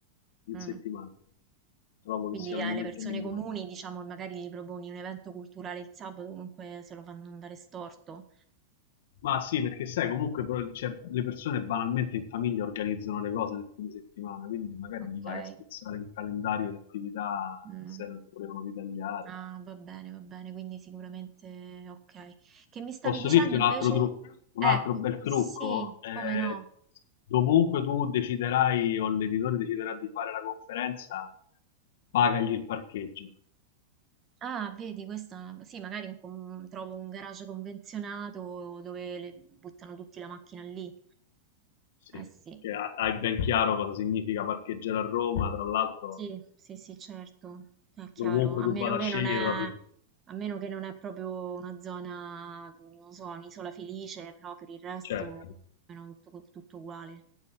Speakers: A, on the left; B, on the right.
A: in
B: Mm.
A: settimana, trovo
B: Quindi
A: che sia il
B: alle
A: momento
B: persone
A: migliore.
B: comuni, diciamo, e magari gli proponi un evento culturale il sabato, comunque se lo fanno andare storto.
A: Ma sì, perché sai, comunque però, cioè, le persone banalmente in famiglia organizzano le cose nel fine settimana, quindi magari
B: Ok.
A: gli vai a spezzare un calendario di attività
B: Mm.
A: che se non ti volevano ritagliare.
B: Ah, va bene, va bene, quindi sicuramente ok. Che mi stavi
A: Posso
B: dicendo
A: dirti un
B: invece?
A: altro trucco, un
B: Ecco,
A: altro bel
B: sì,
A: trucco? Eh,
B: come no.
A: dovunque tu deciderai o l'editore deciderà di fare la conferenza, pagagli il parcheggio.
B: Ah, vedi, questa sì, magari un con- trovo un garage convenzionato dove le- buttano tutti la macchina lì.
A: Sì,
B: Eh sì,
A: che ha- hai ben chiaro cosa significa parcheggiare a Roma, tra l'altro
B: sì, sì, sì, certo, è chiaro.
A: dovunque
B: A
A: tu
B: meno
A: vada
B: che
A: a scegliere,
B: non è,
A: proprio-
B: a meno che non è proprio una zona, non lo so, un'isola felice, però per il resto
A: certo.
B: è tutto, tutto uguale.